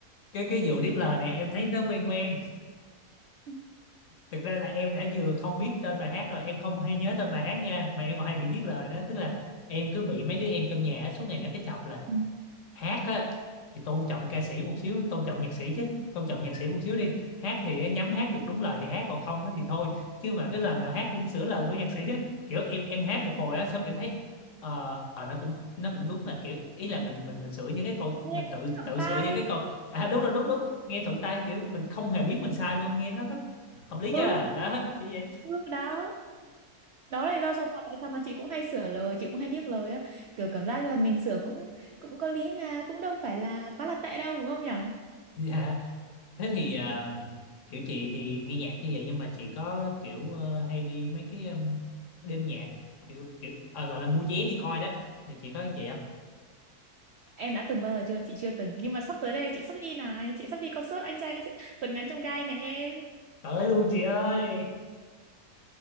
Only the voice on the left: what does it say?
cái cái vụ điếc lời này em thấy nó quen quen
thực ra là em đã vừa không biết tên bài hát rồi em không hay nhớ tên bài hát nha mà em còn hay bị điếc lời nữa tức là em cứ bị mấy đứa em trong nhà á, suốt ngày nó cứ chọc là
hát á thì tôn trọng ca sĩ một xíu tôn trọng nhạc sĩ chứ tôn trọng nhạc sĩ một xíu đi hát thì nhắm hát được đúng lời thì hát còn không á thì thôi chứ mà cái lần nào hát cũng sửa lời của nhạc sĩ á kiểu em em hát một hồi á xong em thấy ờ ờ, nó cũng nó cũng đúng mà kiểu ý là mình mình mình sửa những cái câu
mình
tự
tự
sửa những cái câu à đúng rồi đúng đúng nghe thuận tay kiểu mình không hề biết mình sai luôn nghe nó rất hợp lý nha
đó như vậy
dạ thế thì ờ, kiểu chị thì nghe nhạc như vậy nhưng mà chị có kiểu ờ, hay đi mấy cái ừm, đêm nhạc kiểu kiểu ờ, gọi là mua vé đi coi đó thì chị có chị không
tới luôn chị ơi